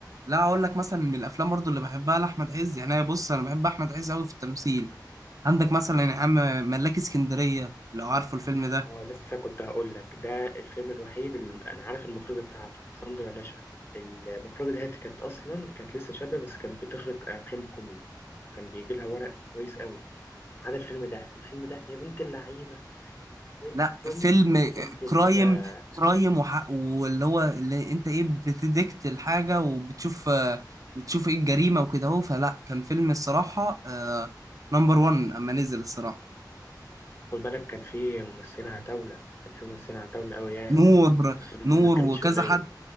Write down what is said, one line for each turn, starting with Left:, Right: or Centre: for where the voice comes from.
Right: لا اقول لك مثلا من الافلام برضو اللي بحبها لاحمد عز يعني أنا بص انا بحب احمد عز قوي في التمثيل عندك مثلا يا عم ملاك اسكندريه لو عارفه الفيلم ده
Left: اه لسه كنت هقول لك ده الفيلم الوحيد اللي انا عارف المخرجه بتاعته ساندرا نشأت المخرجه ديت كانت اصلا كانت لسه شابه بس كانت بتخرج آه، افلام كوميدي وكان بيجي لها ورق كويس قوي ما عدا الفيلم ده الفيلم ده يا بنت اللعيبه انت ازاي
Right: لا
Left: اصلا
Right: فيلم
Left: وصلت ال
Right: كرايم
Left: آه،
Right: كرايم وحق واللي هو اللي انت ايه بتديكت الحاجة وبتشوف آه، بتشوف ايه الجريمة وكده اهو فلا كان فيلم الصراحة نمبر 1 اما نزل الصراحة
Left: خد بالك كان في ممثلين عتاولة كان في ممثلين عتاولة أوي يعني
Right: نور
Left: في الفيلم
Right: نور
Left: ما كانش
Right: وكذا
Left: قليل
Right: حد